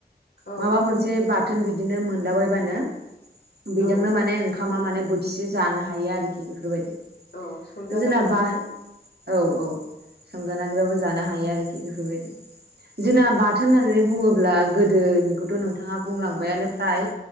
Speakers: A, on the left (about 70°); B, on the right (about 65°).
A: औ
B: माबा मोनसे बाथोन बिदिनो मोनलाबायबानो बेजोंनो
A: औ
B: माने ओंख ओंखामा खालामा माने बोथिसे जानो हायो आरोखि बेफोरबायदि
A: औ सोमजानानैब्लाबो
B: जोंना बा औ औ सोमजानानैबाबो जानो हायो आरोखि बेफोरबायदि। जोंना बाथोन होननानै बुङोब्ला गोदोनिखौथ' नोंथाङा बुंलांबायानो फ्राय।